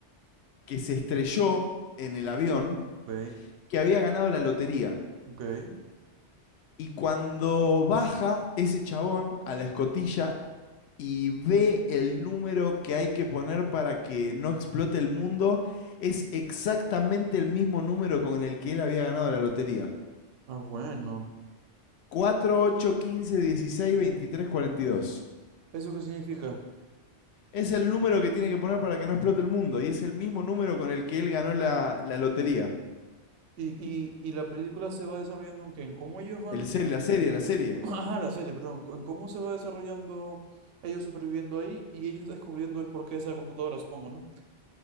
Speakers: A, on the left; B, on the right.
A: que se estrelló en el avión
B: Ok,
A: que había ganado la lotería.
B: ok.
A: Y cuando baja ese chabón a la escotilla, y ve el número que hay que poner para que no explote el mundo, es exactamente el mismo número con el que él había ganado la lotería.
B: Ah, bueno.
A: cuatro ocho quince dieciséis veintitrés cuarenta y dos
B: ¿Eso qué significa?
A: Es el número que tiene que poner para que no explote el mundo y es el mismo número con el que él ganó la, la lotería.
B: Y, y, y la película se va desarrollando en qué, en cómo ellos van...
A: El serie, la serie, la serie.
B: <clears throat> Ajá, la serie, perdón. En cómo se va desarrollando ellos superviviendo ahí y ellos <laughs> descubriendo el porqué de esa computadora, supongo, ¿no?